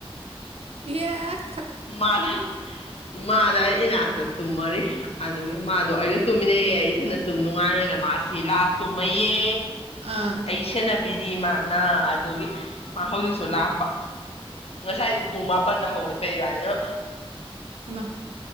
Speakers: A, on the right; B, on the left.
A: ꯌꯦꯠ
B: ꯃꯥꯗ ꯃꯥꯗ ꯑꯩ ꯏꯅꯥꯛꯇ ꯇꯨꯝꯃꯔꯤ ꯑꯗꯨꯒꯤ ꯃꯥꯗꯣ ꯑꯩꯒ ꯇꯨꯝꯃꯤꯟꯅꯩꯌꯦ ꯑꯩ ꯏ ꯊꯅ ꯇꯨꯝ ꯅꯨꯡꯉꯥꯏꯔꯣꯏꯗꯅ ꯃꯥꯁꯤ ꯂꯥ ꯇꯨꯝꯃꯩꯌꯦ
A: ꯑꯥ
B: ꯑꯩ ꯁꯦꯟꯅꯕꯤ ꯕꯤꯗꯤ ꯃꯥꯅ ꯑꯗꯨꯒꯤ ꯃꯥ ꯍꯧꯖꯤꯛꯁꯨ ꯂꯥꯛꯄ ꯉꯁꯥꯏꯗꯨ ꯄꯨꯡ ꯃꯥꯄꯟꯗ ꯍꯧꯒꯠꯄ ꯏꯕꯥꯅꯤꯅꯣ
A: ꯏꯃ